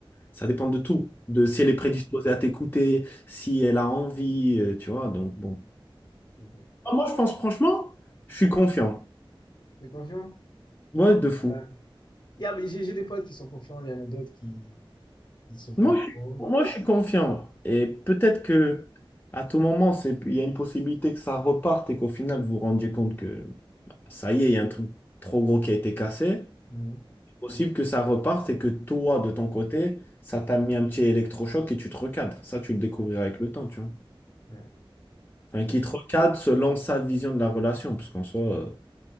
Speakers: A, on the left; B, on the left.
A: Ça dépend de tout, de si elle est prédisposée à t'écouter, si elle a envie, euh, tu vois. Donc bon.
B: ok.
A: Ah, Moi, je pense franchement, je suis confiant.
B: T'es confiant?
A: Ouais, de fou.
B: Euh, y a- mais j'ai j'ai des potes qui sont confiants, il y en a d'autres qui ne sont
A: Moi,
B: pas trop.
A: je suis, moi, je suis confiant. Et peut-être que à tout moment, c'est, il y a une possibilité que ça reparte et qu'au final, vous vous rendiez compte que bah, ça y est, il y a un truc trop gros qui a été cassé.
B: Mhm.
A: C'est possible que ça reparte et que toi, de ton côté, ça t'a mis un petit électrochoc et tu te recadres. Ça, tu le découvriras avec le temps, tu vois.
B: Ouais, donc,
A: Enfin, qui te recadre selon sa vision de la relation, parce qu'en soi, euh,